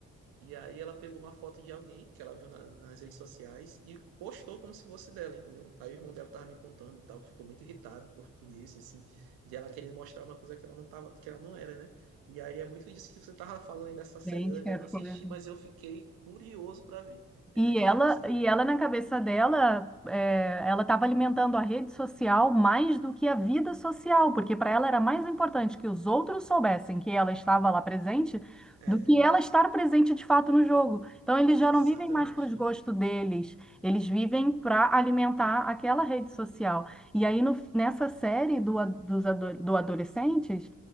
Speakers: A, on the right; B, in the centre.
A: E aí ela pegou uma foto de alguém que ela viu na- nas redes sociais e postou como se fosse dela, entendeu? Aí o irmão dela tava me contando e tal, ficou muito irritado por, por isso, assim, de ela querer mostrar uma coisa que ela não tava, que ela não era, né? E aí é muito disso que você tava falando aí dessa série.
B: Gente,
A: Eu ainda
B: que
A: não assisti,
B: coisa.
A: mas eu fiquei curioso pra ver. É
B: E
A: Netflix,
B: ela,
A: né?
B: e ela na cabeça dela, é, ela estava alimentando a rede social mais do que a vida social, porque para ela era mais importante que os outros soubessem que ela estava lá presente
A: É,
B: do que ela estar presente de fato no jogo. Então eles já
A: exatamente.
B: não vivem mais para os gostos deles, eles vivem para alimentar aquela rede social. E aí no- nessa série do, a- dos ado- do adolescentes